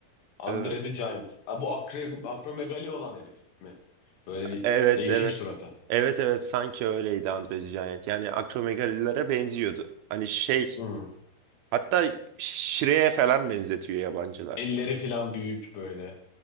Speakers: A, on the left (about 90°); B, on the right (about 75°).
A: Andre
B: Ee,
A: the Giant? Ha, bu akre, akromegali olan herif mi? Böyle bir
B: evet
A: değişik
B: evet.
A: surata.
B: Evet evet sanki öyleydi Andre the Giant. Yani akromegalilere benziyordu. Hani şey
A: Hmm.
B: hatta Shrek'e falan benzetiyor yabancılar.
A: Elleri filan büyük böyle.